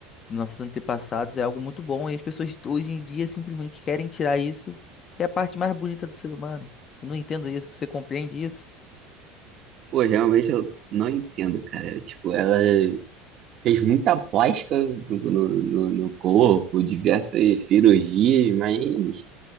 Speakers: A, on the left; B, on the right.
A: dos nossos antepassados, é algo muito bom e as pessoas hoje em dia simplesmente querem tirar isso, que é a parte mais bonita do ser humano. Eu não entendo isso, você compreende isso?
B: Pô, realmente eu não entendo, cara. Eu, tipo, ela fez muita plástica no, no, no- no corpo, diversas cirurgias, mas,